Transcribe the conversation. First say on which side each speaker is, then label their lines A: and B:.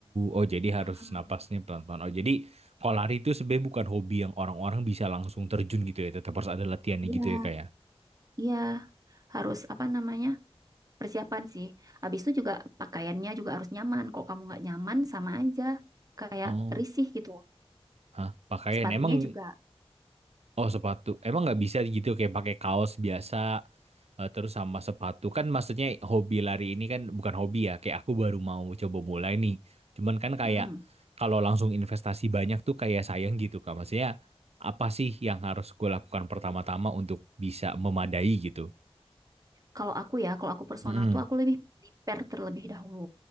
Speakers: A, on the right; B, on the right.
A: Oh, jadi harus
B: Mm-mm.
A: napasnya pelan-pelan. Oh, jadi kalau lari itu sebenarnya bukan hobi yang orang-orang bisa langsung terjun gitu ya. Tetap harus ada latihannya
B: Iya,
A: gitu ya kayak.
B: iya harus apa namanya? persiapan sih. Habis itu juga pakaiannya juga harus nyaman. Kalau kamu nggak nyaman sama aja kayak
A: Oh,
B: risih gitu.
A: hah, pakaian
B: Sepatunya
A: emang
B: juga.
A: oh sepatu. Emang nggak bisa gitu kayak pakai kaos biasa eh, terus sama sepatu. Kan maksudnya hobi lari ini kan bukan hobi ya. Kayak aku baru mau coba mulai nih. Cuman kan kayak
B: Hmm.
A: kalau langsung investasi banyak tuh kayak sayang gitu Kak. Maksudnya apa sih yang harus gue lakukan pertama-tama untuk bisa memadai gitu?
B: Kalau aku ya, kalau aku personal
A: Mhm.
B: tuh aku lebih prepare terlebih dahulu.